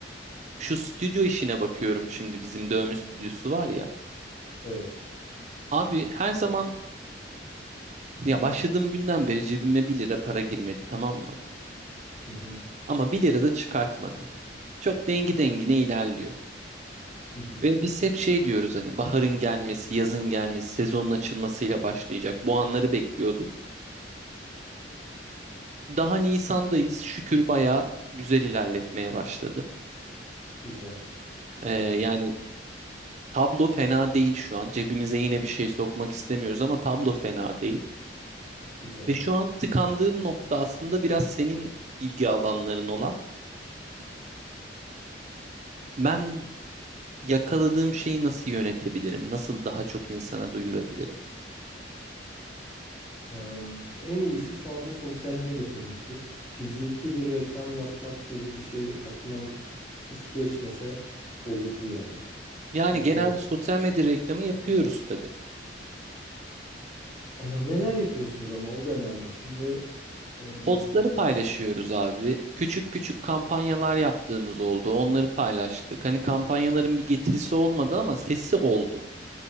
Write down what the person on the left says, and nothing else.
Evet.
Hı hı.
Hı hı.
Güzel.
Sevindim.
Güzel.
Em, en iyisi şu anda sosyal medya tabii ki. Fiziki bir reklam yapmak gibi bir şey aklından hiç geçmese olur yani.
Çünkü
ah, neler yapıyorsunuz ama o da önemli. Şimdi em,